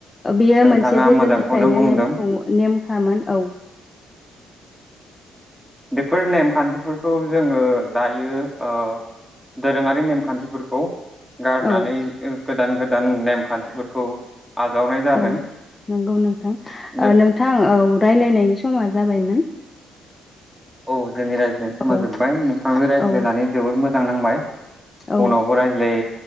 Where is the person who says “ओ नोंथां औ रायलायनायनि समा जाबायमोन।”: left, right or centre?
Left